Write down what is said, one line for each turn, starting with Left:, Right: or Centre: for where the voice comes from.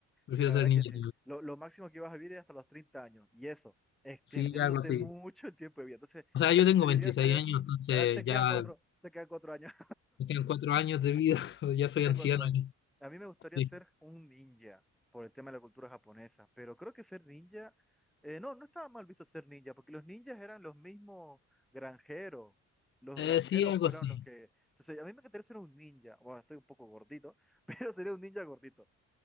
Left: Prefiero
Centre: sí, la
Left: ser
Centre: verdad
Left: ninja.
Centre: que sí. Lo, lo máximo que vas a vivir es hasta los 30 años. Y eso, extendiéndote
Left: Sí, algo así.
Centre: <laughs> mucho el tiempo de vida. Entonces,
Left: O sea, yo
Centre: preferiría
Left: tengo 26
Centre: ser...
Left: años, entonces
Centre: ah, te quedan
Left: ya
Centre: cuatro, te quedan cuatro años.
Left: Me quedan cuatro años de vida, <laughs> ya soy
Centre: Te quedan
Left: anciano.
Centre: cuatro años.
Left: ya.
Centre: A mí me gustaría
Left: Sí,
Centre: ser un ninja por el tema de la cultura japonesa, pero creo que ser ninja, eh, no, no estaba mal visto ser ninja, porque los ninjas eran los mismos granjeros. Los
Left: Eh,
Centre: granjeros
Left: sí, algo
Centre: fueron
Left: así.
Centre: los que... Entonces, a mí me gustaría ser un ninja. Bueno, estoy un poco gordito, <laughs> pero sería un ninja gordito,